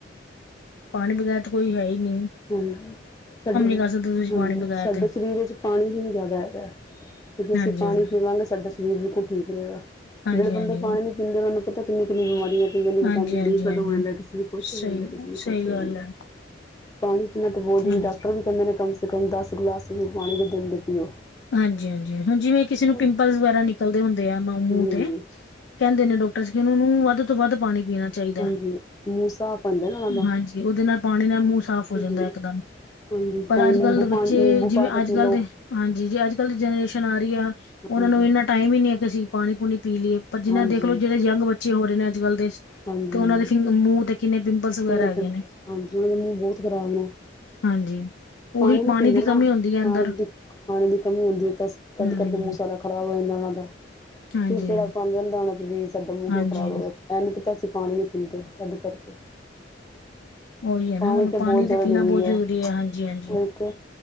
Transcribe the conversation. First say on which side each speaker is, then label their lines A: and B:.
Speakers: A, on the left; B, on the left.
A: ਪਾਣੀ ਬਗੈਰ ਤਾਂ ਕੋਈ ਹੈ ਈ ਨੀ।
B: ਹਾਂਜੀ, ਸਾਡੇ
A: ਕਰ ਸਕਦੇ ਤੁਸੀਂ
B: ਹਾਂਜੀ
A: ਪਾਣੀ ਬਗੈਰ
B: ਸਾਡੇ
A: ਤੇ
B: ਸਰੀਰ ਚ ਪਾਣੀ ਹੀ ਜੈਦਾ ਹੈਗਾ। ਕਿਉਂਕਿ
A: ਹਾਂਜੀ
B: ਅਸੀਂ ਪਾ
A: ਹਾਂਜੀ
B: ਪੀਵਾਂਗੇ ਸਾਡਾ ਸਰੀਰ ਬਿਲਕੁਲ ਠੀਕ ਰਹੇਗਾ
A: ਹਾਂਜੀ
B: ਜੇੜੇ ਬੰਦੇ
A: ਹਾਂਜੀ
B: ਪਾਣੀ ਨੀ ਪੀਂਦੇ ਉਨਾ ਨੂੰ ਪਤਾ ਕਿੰਨੀ-ਕਿੰਨੀ ਬਿਮਾਰੀ ਲਗ ਠਕਦੇ <unintelligible>
A: ਹਾਂਜੀ
B: ਵਿਟਾਮਿਨ
A: ਹਾਂਜੀ
B: ਡੀ ਖਤਮ
A: ਹਾਂਜੀ
B: ਹੋ ਜਾਂਦਾ ਕਿਸੇ ਨੂੰ ਕੁਛ
A: ਸਹੀ
B: ਹੋ ਜਾਂਦੈ, ਕਿਸੇ ਨੂੰ
A: ਸਹੀ
B: ਕੁਛ ਹੋ
A: ਗੱਲ
B: ਜਾਂਦੈ।
A: ਹੈ
B: ਪਾਣੀ ਪੀਣਾ ਤਾਂ ਬਹੁਤ ਜਰੂਰੀ,
A: ਹਾਂਜੀ
B: ਡਾਕਟਰ ਵੀ ਕੈਂਦੇ ਨੇ ਕਮ ਸੇ ਕਮ ਦਸ ਗਲਾਸ ਤੁਸੀਂ ਪਾਣੀ ਦੇ ਦਿਨ ਦੇ ਪੀਓ।
A: ਹਾਂਜੀ-ਹਾਂਜੀ, ਹੁਨ ਜਿਵੇ ਕਿਸੇ ਨੂੰ
B: ਹਾਂਜੀ
A: ਪਿੰਪਲਸ ਵਗੈਰਾ ਨਿਕਲਦੇ ਹੁੰਦੇ ਆ ਮੳ ਮੂੰਹ ਤੇ।
B: ਹਾਂਜੀ
A: ਕਹਿੰਦੇ ਨੇ ਡਾਕਟਰਸ, ਕਿ ਉਹਨਾ ਨੂੰ ਵੱਧ ਤੋਂ ਵੱਧ ਪਾਣੀ ਪੀਣਾ ਚਾਈਦਾ,
B: ਹਾਂਜੀ ਮੂੰਹ ਸਾਫ਼ ਹੁੰਦਾ ਨਾ ਉਹਨਾਂ ਦਾ
A: ਹਾਂਜੀ, ਉਹਦੇ ਨਾਲ ਪਾਣੀ ਨਾਲ ਮੂੰਹ ਸਾਫ਼ ਹੋ
B: ਹਾਂਜੀ
A: ਜਾਂਦਾ ਇੱਕਦਮ।
B: ਹਾਂਜੀ
A: ਪਰ
B: ਭਾਵੇਂ
A: ਅੱਜ
B: ਨਿੰਬੂ
A: ਕੱਲ ਦੇ
B: ਪਾ
A: ਬੱਚੇ,
B: ਨਿੰਬੂ
A: ਜਿਵੇਂ
B: ਪਾ ਕੇ
A: ਅੱਜ
B: ਪੀ
A: ਕੱਲ
B: ਲਓ
A: ਦੇ, ਹਾਂ ਜੀ ਜੇ ਅੱਜ ਕੱਲ੍ਹ ਦੀ ਜਨਰੇਸ਼ਨ ਆ ਰਈ ਆ,
B: ਹਾਂਜੀ
A: ਉਹਨਾ ਨੂੰ ਇੰਨਾ ਟਾਈਮ ਈ ਨਈ ਕਿ ਅਸੀਂ ਪਾਣੀ ਪੂਣੀ ਪੀ ਲਿਏ। ਪਰ ਜਿਨਾ
B: ਹਾਂਜੀ
A: ਦੇਖਲੋ ਜੇੜੇ ਯੰਗ ਬੱਚੇ ਹੋ ਰਏ ਨੇ ਅੱਜ-ਕੱਲ ਦੇ।
B: ਹਾਂਜੀ
A: ਤੇ ਉਹਨਾਂ
B: ਹਾਂਜੀ
A: ਦੇ ਫਿੰਗ ਮੂੰਹ ਤੇ ਕਿੰਨੇ ਪਿੰਪਲਸ ਵਗੈਰਾ
B: ਕਿੰਨੇ
A: ਹੈਗੇ
B: ਦਿਨ
A: ਨੇ।
B: ਤੋਂ ਹਾਂਜੀ ਉਹਨਾਂ ਦਾ ਮੂੰਹ ਬਹੁਤ ਖ਼ਰਾਬ ਨੇ
A: ਹਾਂਜੀ। ਉਹੀ
B: ਪਾਣੀ ਨੀ ਪੀਂਦੇ
A: ਦੀ
B: ਨਾ,
A: ਕਮੀ ਹੁੰਦੀ ਹੈ
B: ਪਾਣੀ
A: ਅੰਦਰ
B: ਦੀ, ਪਾਣੀ ਦੀ ਕਮੀ ਹੁੰਦੀ ਐ ਤਦ
A: ਹਮ
B: ਕਰਕੇ ਮੂਹ ਸਾਰਾ ਖ਼ਰਾਬ ਹੋ ਜਾਂਦਾ ਉਨਾਂ ਦਾ,
A: ਹਾਂਜੀ-ਹਾਂਜੀ,
B: ਚਿੜਚਿੜਾ ਪਣ ਰਹਿੰਦਾ ਉਹਨਾਂ ਚ ਬੀਜ ਸਾਡਾ ਮੂੰਹ
A: ਹਾਂਜੀ
B: ਕਿਓ ਖਰਾਬ
A: ਹਾਂਜੀ
B: ਹੋਯਾ, ਐ ਨੀ ਪਤਾ ਅਸੀ ਪਾਣੀ ਨੀ ਪੀਂਦੇ ਤਦ ਕਰਕੇ।
A: ਉਹੀ ਹੈ
B: ਪਾਣੀ
A: ਨਾ ਮਤਲਬ
B: ਤੇ ਬਹੁਤ ਜਿਆਦਾ
A: ਪੀਣਾ
B: ਜਰੂਰੀ
A: ਬਹੁਤ
B: ਐ।
A: ਜ਼ਰੂਰੀ ਹਾਂਜੀ-ਹਾਂਜੀ।
B: ਓਈਤੇ